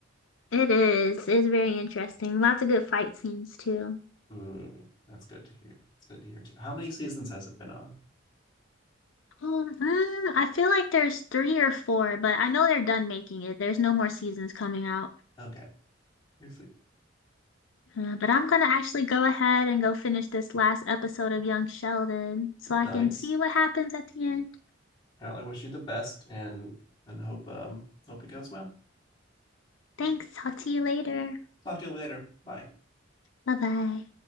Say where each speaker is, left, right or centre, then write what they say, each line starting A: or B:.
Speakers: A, on the left; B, on the left.
A: It is. It's very interesting. Lots of good fight scenes too.
B: Mm, that's good to hear. It's good to hear too. How many seasons has it been on?
A: Um, mm, I feel like there's three or four, but I know they're done making it. There's no more seasons coming out.
B: Okay, we see.
A: Uh, but I'm gonna actually go ahead and go finish this last episode of Young Sheldon so I
B: Nice.
A: can see what happens at the end.
B: Well, I wish you the best and and hope um hope it goes well.
A: Thanks. I'll see you later.
B: Talk to you later. Bye.
A: Bye bye.